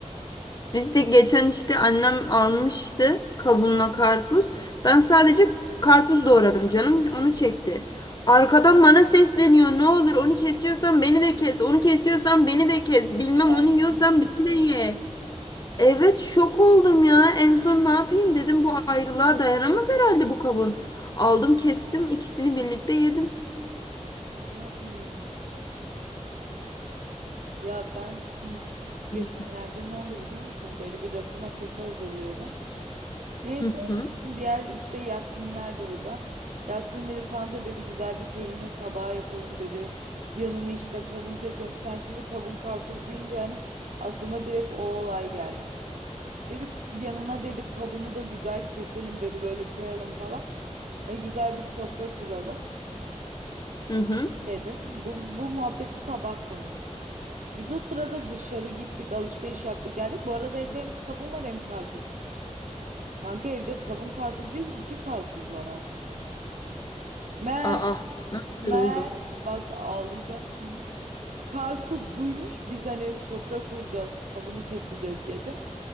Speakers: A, on the left; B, on the right.
A: Biz de geçen işte annem almıştı kavunla karpuz. Ben sadece karpuz doğradım canım onu çekti. Arkadan bana sesleniyor. Ne olur onu kesiyorsan beni de kes. Onu kesiyorsan beni de kes. Bilmem
B: Ben
A: onu yiyorsan
B: ciddi
A: beni de
B: misin?
A: ye. Evet şok oldum ya. En son ne yapayım dedim bu ayrılığa dayanamaz herhalde bu kavun. Aldım kestim ikisini birlikte yedim.
B: İnanmıyorum. Ya ben <clears throat>
A: Hı
B: geçenlerde ne oldu biliyor musun? Böyle bir rakı masası hazırlıyorum. Neyse
A: hı.
B: bizim diğer işte Yasminler de burada. Yasmin dedi kanka dedi güzel bir peynir tabağı yapalım dedi. Yanını işte kavun keselim. Sen şimdi kavun karpuz deyince yani aklıma direkt o olay geldi. Dedi yanına dedi kavunu da güzel keselim dedi böyle koyalım falan. E, güzel bir sofra kuralım
A: Hı hı.
B: dedim. Bu, bu muhabbeti sabah konuştuk. Biz o sırada dışarı gittik alışveriş yaptık geldik. Bu arada evde hem kavun var hem karpuz. Kanka evde kavun karpuz değil iki karpuz var artık. Men,
A: Aa, nasıl
B: men.
A: oldu?
B: Bak ağlayacağım şimdi. Karpuz duymuş biz hani sofra kuracağız. Kavunu keseceğiz gece.